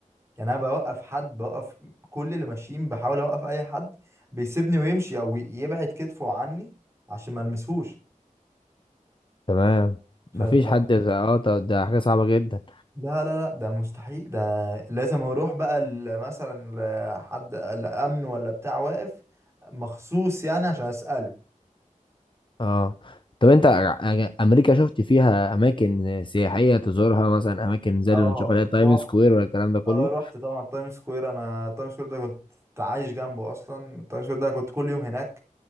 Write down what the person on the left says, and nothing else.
تمام مفيش
حد يز- أه طب ده حاجة صعبة جدا
أه طب أنت ع- أمريكا شفت فيها أماكن سياحية تزورها مثلا أماكن زي
اللي بنشوفها اللي هي تايم
سكوير ولا الكلام ده كله؟